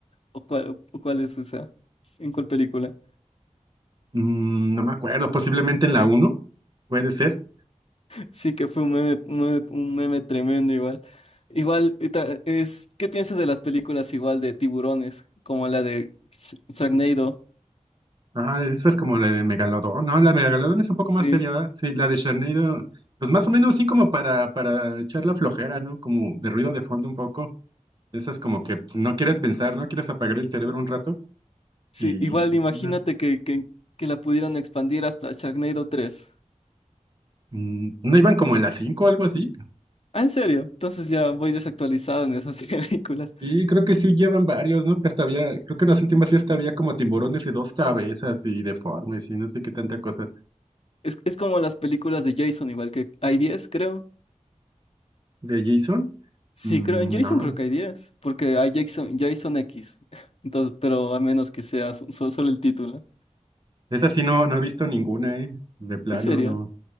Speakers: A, on the left; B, on the right.
A: ¿O cuál, o cuál es esa? ¿En cuál película?
B: Mm, no me acuerdo, posiblemente en la uno puede ser.
A: Sí que fue un meme, un meme, un meme tremendo igual. Igual, y ta- es, ¿qué piensas de las películas igual de tiburones, como la de Sh- Sharknado?
B: Ah, esa es como la de Megalodón. No, la de Megalodón es un poco
A: Sí,
B: más seria, ¿verdad? Sí, la de Sharknado, pues más o menos sí como para, para echar la flojera, ¿no? Como de ruido de fondo un poco. Esa es como
A: s-
B: que pues, no quieres pensar, no quieres apagar el cerebro un rato.
A: sí,
B: Y
A: igual
B: pues,
A: imagínate
B: no,
A: que, que, que la pudieran expandir hasta Sharknado tres
B: Mm, ¿no iban como en la 5, o algo así.
A: Ah, ¿en serio? Entonces ya voy desactualizado en esas <laughs> películas.
B: Y creo que sí llevan varios, ¿no? Que hasta había, creo que en las últimas sí hasta había como tiburones de dos cabezas y deformes y no sé qué tanta cosa.
A: Es, es como las películas de Jason, igual que hay 10 creo.
B: ¿De Jason?
A: Sí,
B: Mm,
A: creo, en Jason
B: no,
A: creo que hay 10 porque hay Jason, Jason X. <laughs> Entonces, pero a menos que sea so- so- solo el título.
B: esa sí no, no he visto ninguna, ¿eh? De plano,
A: ¿En serio?
B: no,